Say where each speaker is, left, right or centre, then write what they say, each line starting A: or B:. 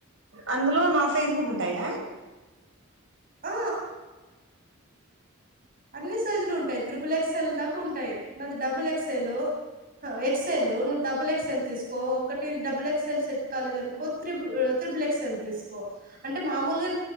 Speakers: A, on the right; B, on the right.
A: అందులో నా సైజు కూడా ఉంటాయా
B: ఆ అన్ని సైజులు ఉంటాయి త్రిబుల్ ఎక్సెల్ దాకా ఉంటాయి నాది డబుల్ ఎక్సల్ ఎక్స ఎల్ నువ్వు డబుల్ ఎక్స్ ఎల్ తీసుకో ఒకటి డబుల్ ఎక్స్ ఎల్ సెట్ కాలేదు అనుకో త్రీ బుల్ ఎక్సెల్ తీసుకో అంటే మామూలుగా